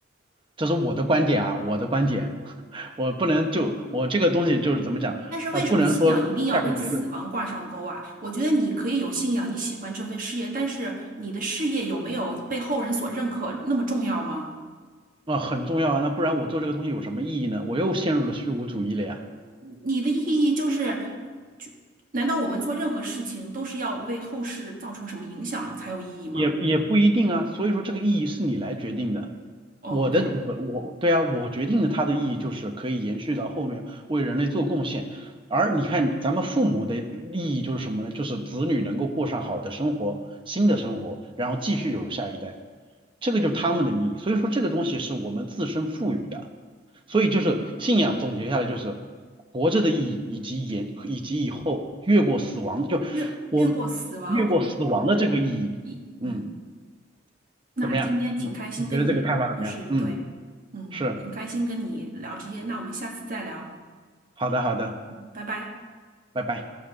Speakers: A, on the right; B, on the right.
A: 这是我的观点啊，我的观点，<laughs> 我不能就我这个东西就是怎么讲，
B: 但是为什么信仰一定要跟死亡挂上钩啊？
A: 啊，不能说下个结论
B: 我觉得你可以有信仰，你喜欢这份事业，但是你的事业有没有被后人所认可那么重要吗？
A: 啊，很重要啊，那不然我做这个东西有什么意义呢？我又陷入了虚无主义了呀，
B: 你的意义就是，就难道我们做任何事情都是要为后世造成什么影响才有意义吗？
A: 也也不一定啊，所以说这个意义是你来决定的，
B: 哦，
A: 我的我我对啊，
B: 对，
A: 我决定的它的意义就是可以延续到后面为人类做贡献，而你看咱们父母的利益就是什么呢？就是子女能够过上好的生活，新的生活，然后继续有下一代。这个就是他们的意义。所以说这个东西是我们自身赋予的。所以就是信仰总结下来就是活着的意义，以及延以及以后越过死亡，就我越过死亡的这个意义。
B: 越越过死亡或一嗯。
A: 嗯，
B: 那今天挺开心跟你，
A: 怎么样？你你觉得这个看法怎么样？
B: 就是对，
A: 嗯，
B: 嗯，
A: 是，
B: 很开心跟你聊这些，那我们下次再聊，
A: 好的好的，
B: 嗯拜拜。
A: 拜拜。